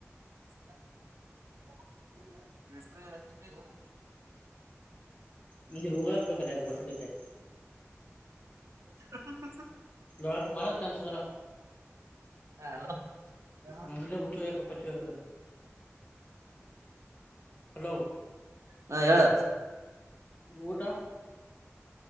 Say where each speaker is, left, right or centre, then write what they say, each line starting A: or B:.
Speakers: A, on the right (about 75°); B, on the left (about 30°).
A: <inaudible>
B: ನಿನಗೆ ರೋಗ್ಯಾಕ್ ಬೇಕಲೇ ಬೋಸುಡಿಕೆ
A: <inaudible> ಎಕ್ಕಡ ಕಳುಸರ್
B: ಲಾರ್ಡ್ ವೈರ್ ಕಾಣಿಸೋದಲ್ಲ
A: ಹ ಹಲೋ ಆ
B: ನಂಗಿಲ್ಲೇ ಹುಚ್ಚು ಯಾಕ ಪಚ್ಚು ಯಾಕ ಹಲೋ
A: ಹಾ ಹೇಳ
B: ಊಟಾ